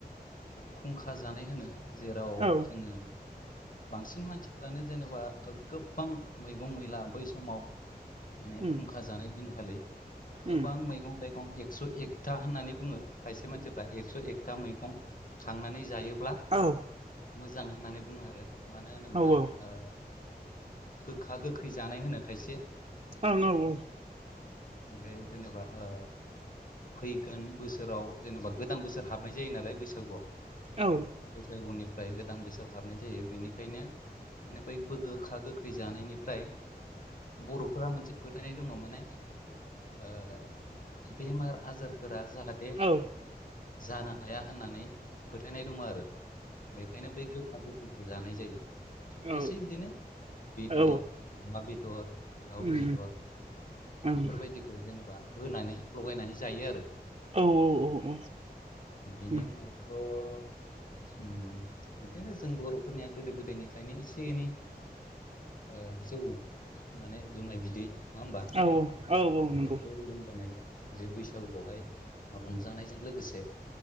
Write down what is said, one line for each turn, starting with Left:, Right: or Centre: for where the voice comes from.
Left: खुंखा जानाय होनो जेराव
Right: औ
Left: जोङो बांसिन मानसिफ्रानो जेनेबा गोबां मैगं मैला बै समाव माने
Right: उम
Left: खुंखा जानाय दिनखालि गोबां
Right: उम
Left: मैगं ए एका होननानै बुङो खायसे मान ए एकथा मैं खनानै जायो ब्ला
Right: औ
Left: मोजां होननानै बुङो आरो मानो होनोबा
Right: औ ओं
Left: ओ गोखा गोखै जानाय होनो खायसे
Right: ओं औ-औ
Left: बे जेनबा ओ फैगोन बोसोराव जेनेबा गोदान बोसोर हाबनाय जायो नालाय बैसागुआव
Right: औ उम औ
Left: बैसागुनिफ्राय गो दान बोसोर हाबनाय जायो बेनिखायनो माने बै गोखा गोखै जानायनिफ्राय बर'फोरा मोनसे फोथायनाय दङ माने। ओ बेमार आजारफोरा जाहाथे
Right: औ
Left: जानो हाया होननानै फोथायनाय दङ आरो बेखायनो बै गोखा गोखै जानाय जायो।
Right: औ
Left: खायसे बिदिनो बेदर,
Right: औ
Left: अमा बे दर, दाउ
Right: उम
Left: बेदर बेफोरबायदिखौ
Right: उम
Left: जेनेबा होनानै लगायनानै जायो आरो।
Right: ओं औ औ औ
Left: बिनि
Right: उम
Left: उनावथ' ओम बिदिनो जों बर'फोरनिया गोदो गोदायनिफ्रायनो एसे एनै। ओ जौ माने जुमाय बिदै। नङा होनबा
Right: औ औ औ नंगौ
Left: बेखौ लोंबोनाय बे बैसागुआवहाय रंजानायजों लोगोसे